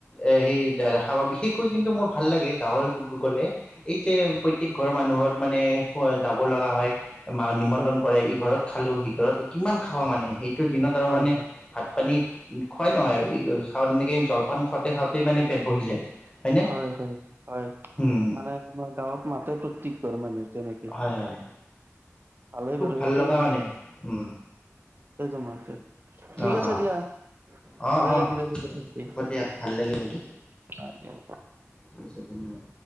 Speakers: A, on the left; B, on the right.
A: এ সেই দেখা পাবি বিশেষকৈ কিন্তু মোৰ ভাল লাগে গাঁৱৰ লোকসকলে এই যে
B: হয়
A: প্ৰত্যেক ঘৰৰ মানুহত মানে যাব লগা হয় মা নিমন্ত্ৰণ
B: হয়
A: কৰে ইঘৰত খালো সিঘৰত কিমান খাবা মানে সেইটো দিনত আৰু
B: হয়
A: মানে ভাত পানী খোৱাই নহয় আৰু খাও তেনেকে জলপান খাওঁতে খাওঁতেই মানে পেট ভৰি যায় হয়নে
B: হয় হয় হয়
A: উম
B: মানে তোমাৰ গাঁৱত মাতেতো প্ৰত্যেক ঘৰ মানুহে তেনেকে
A: হয় হয়
B: ভালেই
A: খুব
B: বাৰু সেইটো
A: ভাল লগা মানে উম
B: <unintelligible> ঠিক
A: অ অ
B: আছে দিয়া
A: অ
B: ভালেই
A: অ
B: লাগিলে কথা পাতি
A: হ'ব দিয়া ভাল লাগিল আজি
B: <unintelligible>
A: ঠিক আছে ধন্যবাদ।